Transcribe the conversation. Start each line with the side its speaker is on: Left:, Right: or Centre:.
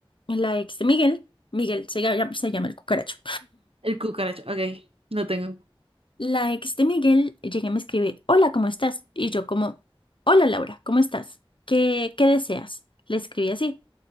Left: la ex de Miguel, Miguel se llama, se llama el cucaracho.
Right: El cucaracho, ok, lo tengo.
Left: La ex de Miguel llega y me escribe, hola, ¿cómo estás? Y yo como, hola, Laura, ¿cómo estás? ¿Qué, qué deseas? Le escribí así.